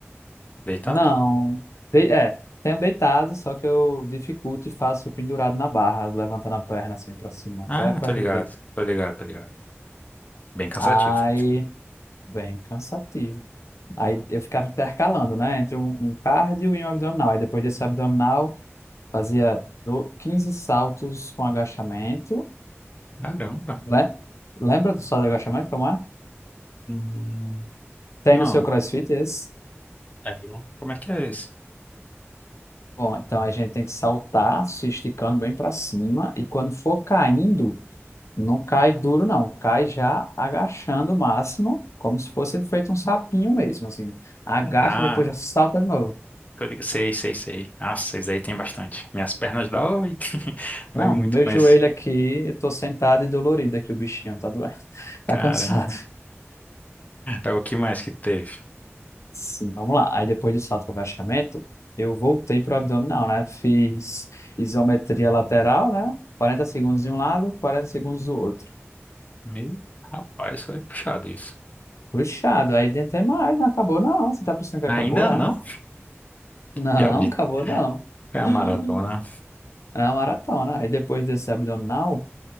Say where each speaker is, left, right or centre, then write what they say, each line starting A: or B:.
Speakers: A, on the left; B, on the left.
A: deitado?
B: Não, de- é, tenho deitado, só que eu dificulto e faço pendurado na barra, levantando a perna assim pra cima, até
A: Ah,
B: perto
A: tô ligado,
B: do peito.
A: tô ligado, tô ligado. Bem cansativo.
B: Aí Bem cansativo. Aí eu ficava intercalando, né? Entre um, um cardio e um abdominal. Aí depois desse abdominal, fazia do- 15 saltos com agachamento.
A: Caramba.
B: Le- Lembra do salto de agachamento, como é?
A: Hum,
B: Tem
A: não,
B: no seu CrossFit esse?
A: lembro. Como é que é esse?
B: Bom, então a gente tem que saltar, se esticando bem para cima. E quando for caindo, não cai duro, não. Cai já agachando o máximo, como se fosse feito um sapinho mesmo, assim. Agacha,
A: Ah, Tá.
B: depois já salta de novo.
A: Tô ligado. Sei, sei, sei. Ah, vocês aí tem bastante. Minhas pernas dói. <laughs> Dói
B: Não,
A: muito,
B: meu
A: mas.
B: joelho aqui, eu tô sentado e dolorido aqui, o bichinho tá doendo, <laughs> tá
A: Caramba.
B: cansado.
A: É o que mais que teve?
B: Sim, vamos lá. Aí depois do salto com agachamento, eu voltei pro abdominal, né? Fiz isometria lateral, né? 40 segundos de um lado, 40 segundos do outro.
A: Me... Rapaz, foi puxado isso.
B: Puxado, aí tentei mais, não acabou não. Você tá pensando que acabou,
A: Ainda
B: é?
A: não?
B: Não,
A: Diabo de.
B: acabou não.
A: É a
B: <laughs>
A: maratona.
B: É uma maratona. Aí depois desse abdominal,